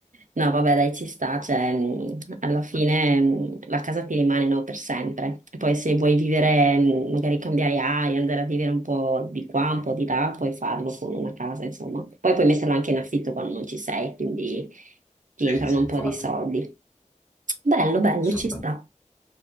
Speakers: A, on the right; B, on the left.
A: No, vabbè, dai, ci sta, cioè, mh, alla fine mh, la casa ti rimane, no, per sempre. E poi se vuoi vivere, mh, magari cambiare aria, andare a vivere un po' di qua, un po' di là, puoi farlo con una casa, insomma. Poi puoi metterla anche in affitto quando non ci sei, quindi ti
B: Sì,
A: entrano
B: sì,
A: un
B: infatti,
A: po' di soldi. Bello, bello,
B: assolutamente.
A: ci sta.